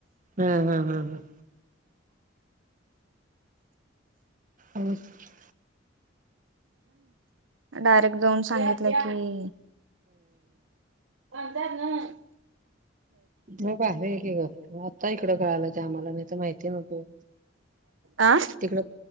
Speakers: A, on the right; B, on the right.
A: हम् हम् हम हम. आणि <unintelligible>
B: डायरेक्ट जाऊन सांगितलं की. ठव.
A: मग आहे कर आता इकडं कळाला ते आम्हाला नाही तर माहिती नव्हतो.
B: आ
A: तिकडे